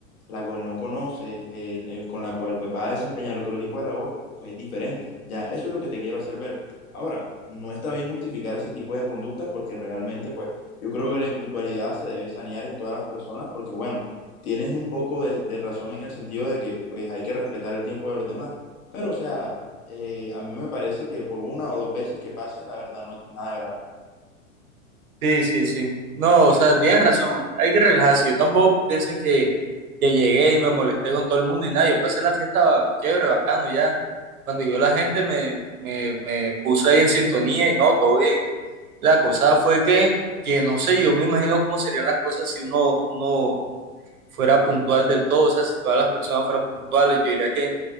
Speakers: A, on the left; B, on the right.
A: la cual no conoces, el- el- con la cual pues vas a desempeñar otro tipo de labor, pues es diferente, ¿ya? Eso es lo que te quiero hacer ver. Ahora, no está bien justificar ese tipo de conductas porque realmente, pues, yo creo que la impuntualidad se debe sanear en todas las personas porque, bueno, tienes un poco de, de razón en el sentido de que pues hay que respetar el tiempo de los demás. Pero, o sea, eh, a mí me parece que por una o dos veces que pase, la verdad no es nada grave.
B: Sí, sí, sí. No, o sea, tienes razón. Hay que relajarse. Yo tampoco pienses que, que llegué y me molesté con todo el mundo y nada. Yo pasé la fiesta chévere, bacano ya. Cuando yo la gente me, me, me puse ahí en sintonía y no, todo bien. La cosa fue que, que no sé, yo me imagino cómo serían las cosas si uno, uno fuera puntual del todo. O sea, si todas las personas fueran puntuales, yo diría que,